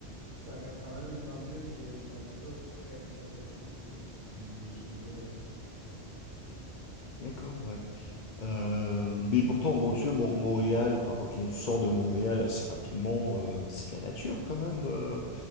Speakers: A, on the right (about 85°); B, on the left (about 45°).
A: ça reste quand même une grande ville qui a de la nature très, très, très accessible. Puis j'aime bien, ouais.
B: D'accord. Ouais. Euh, mais pourtant bon tu vois Mon- Montréal, enfin quand on sort de Montréal assez rapidement, euh, c'est de la nature quand même. euh,